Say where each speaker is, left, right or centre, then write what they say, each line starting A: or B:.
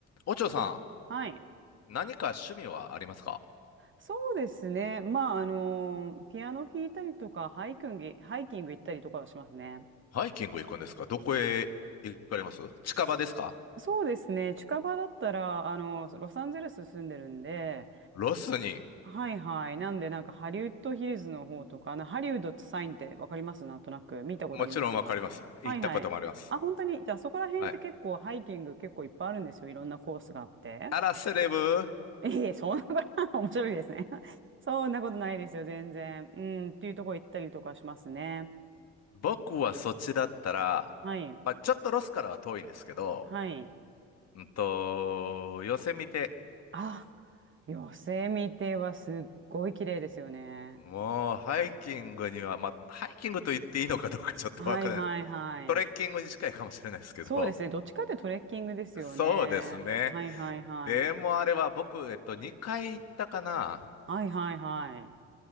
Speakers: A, on the left; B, on the right.
A: おちょさ
B: はい。
A: ん、何か趣味はありますか
B: そうですね。まあ、あの、ピアノ弾いたりとか、ハイキング、ハイキング行ったりとかはしますね。
A: ハイキング行くんですかどこへ行かれます近場ですか
B: そそうですね。近場だったら、あの、ロサンゼルス住んでるんで、
A: ロスに。
B: はいはい。なんで、なんかハリウッドヒルズの方とか、なハリウッドってサインってわかりますなんとなく。見たことありますかはいはい。
A: もちろんわかります。行ったこともあります。
B: あ、本当に。じゃあ、そこら辺って結構ハイキング結構いっぱいあるんですよ。
A: はい。
B: いろんなコースがあって。
A: あら、セレブ。
B: <laughs> いえいえ、そんなこと <laughs>、面白いですね。<laughs> そんなことないですよ、全然。うん、っていうとこ行ったりとかしますね。
A: 僕はそっちだったら、
B: はい。
A: まあ、ちょっとロスからは遠いんですけど、
B: はい。
A: うんと、ヨセミテ。
B: あ、ヨセミテはすっごい綺麗ですよね。
A: もう、ハイキングには、まあ、ハイキングと言っていいのかどうかちょっとわからないです。
B: はいはいはい。
A: トレッキングに近いかもしれないですけど、
B: そうですね。どっちかってトレッキングですよね。
A: そうですね。
B: はいはいはい。
A: でもあれは僕、えっと、2回行ったかな。
B: はいはいはい。